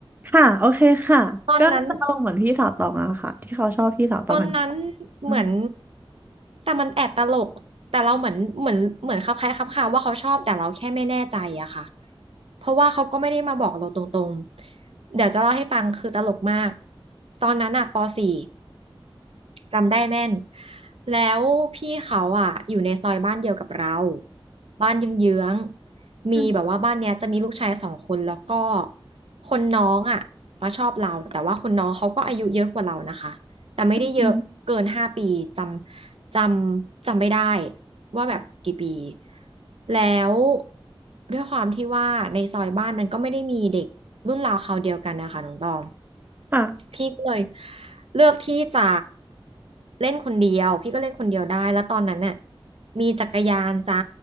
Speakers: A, on the right; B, on the right.
A: ค่ะโอเคค่ะก็จะลงเหมือนพี่สาวตองอะค่ะที่เขาชอบพี่สาวตองกัน
B: ตอนนั้น ตอนนั้นเหมือน
A: อืม
B: แต่มันแอบตลกแต่เราเหมือนเหมือนเหมือนคลับคล้ายคลับคาว่าเขาชอบแต่เราแค่ไม่แน่ใจอะค่ะเพราะว่าเขาก็ไม่ได้มาบอกเราตรงๆเดี๋ยวจะเล่าให้ฟังคือตลกมากตอนนั้นอะปสี่จำได้แม่นแล้วพี่เขาอะอยู่ในซอยบ้านเดียวกับเราบ้านเยื้องๆมีแบบว่าบ้านเนี้ยจะมีลูกชายสองคนแล้วก็
A: อืม
B: คนน้องอะมาชอบเราแต่ว่าคนน้องเขาก็อายุเยอะกว่าเรานะคะ แต่ไม่ได้เยอะเกินห้าปีจำจำจำไม่ได้
A: อืม
B: ว่าแบบกี่ปีแล้วด้วยความที่ว่าในซอยบ้านมันก็ไม่ได้มีเด็กรุ่นราวคราวเดียวกันนะคะน้องตอง
A: ค่ะ
B: พี่ก็เลยเลือกที่จะเล่นคนเดียวพี่ก็เล่นคนเดียวได้แล้วตอนนั้นน่ะมีจักรยานจ้า